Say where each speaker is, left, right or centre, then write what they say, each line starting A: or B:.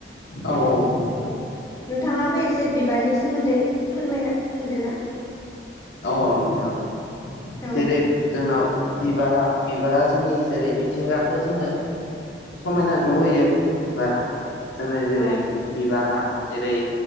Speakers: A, on the left; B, on the left.
A: औ औ।
B: औ नोंथाङाबो एसे बिबारनि सोमोन्दै फोरमायना होदो ना।
A: औ औ नोंथां <inaudible>
B: औ
A: जेरै जोंनाव बिबारा बिबारा जोंनि जेरै मिथिंगाखौ जोंनो समायना नुहोयो बिबारा। जोंनो जेरै
B: औ
A: बिबारा जेरै